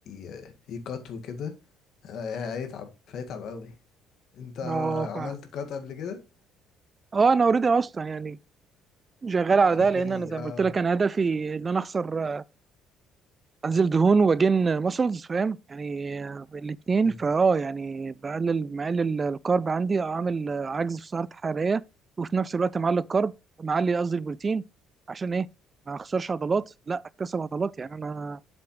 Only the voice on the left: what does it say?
ي- يقط وكده آه، هيتعب هيتعب قوي انت
عملت
قط قبل كده
احكي
لي
اه
مم.